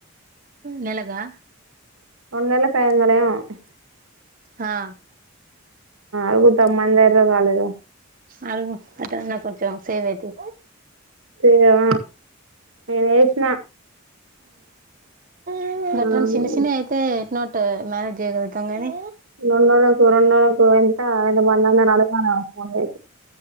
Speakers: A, on the right; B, on the right.
A: నెలగా.
B: <unintelligible>
A: హా.
B: అగు తమ్మందేర్ర కగాలేద.
A: ఆరువు అటన్న కొంచం సేవ్ అయితది.
B: ఆ నేను వేసిన
A: యు గట్రాం
B: ఆ
A: చిన చిన అయితే ఎట్నో అట మేనేజ్ చేయగలుగుతాం గని
B: రెండుోళ్లకు రెండుళ్లకు ఎంత ఎంత మందంద అడతను ఫోన్ చేసి